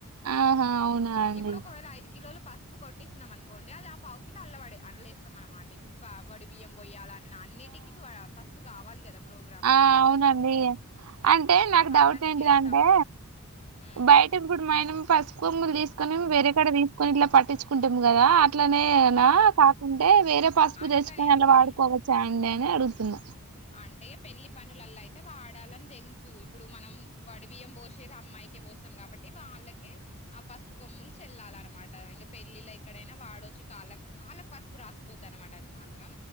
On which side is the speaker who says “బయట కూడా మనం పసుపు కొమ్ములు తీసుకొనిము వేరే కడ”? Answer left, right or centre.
Right